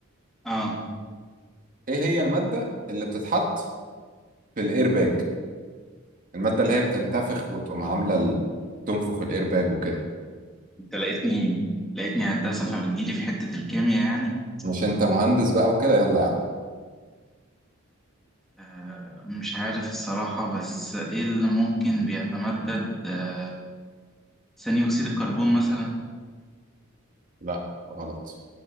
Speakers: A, in the centre; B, on the right (about 40°).
A: اه
B: ايه هي المادة اللي بتتحط في الايرباج المادة اللي هي بتنتفخ وتقوم عاملة ال... تنفخ الايرباج وكده
A: أنت لقيتني لقيتني هندسة فبتجيلي في حتة الكيمياء يعني
B: مش انت مهندس بقى وكده يلا يا عم
A: آه مش عارف الصراحة بس إيه اللي ممكن بيتمدد آه ثاني أكسيد الكربون مثلا
B: لا غلط